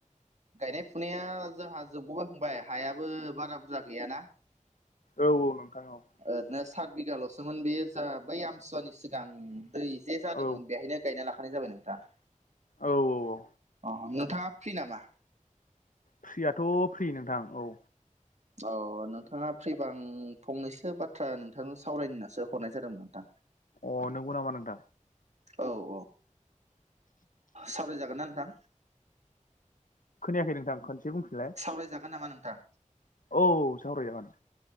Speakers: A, on the right (about 60°); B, on the left (about 80°).
A: गायनाय फुनाया जोंहा जोबगौबाय थांबाय हायाबो बारा बुरजा गैयाना।
B: औ औ नोंथां औ।
A: ओरैनो सात बिघाल'सोमोन बे जा बै आमसुवानि सिगां दै जे जादोंमोन
B: औ
A: बेहायनो। गायना लाखानाय जाबाय नोंथाङ
B: औ औ
A: अ नोंथाङा फ्रि नामा?
B: फ्रियाथ' फ्रि नोंथां औ।
A: अ नोंथाङा फ्रिबां फंनैसो बाथ्रा नोंथांनो सावरायनोनासो हरनाय जादोंमोन नोंथां।
B: अ नंगौ नामा नोंथां?
A: औ औ सावरायजागोन ना नोंथां?
B: खोनायाखै नोंथां खनसे बुंफिनलाय।
A: सावरायजागोन नामा नोंथां?
B: औ सावरायजागोन।